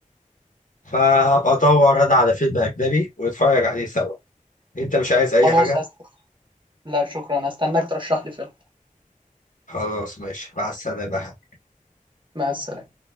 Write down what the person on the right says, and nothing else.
خلاص
هست... لا شكرا هستناك ترشح لي فيلم
مع السلامه